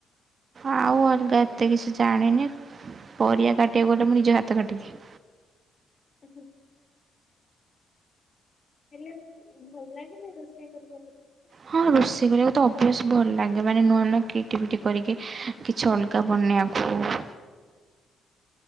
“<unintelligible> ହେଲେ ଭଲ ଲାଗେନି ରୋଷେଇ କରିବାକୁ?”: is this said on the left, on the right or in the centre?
Left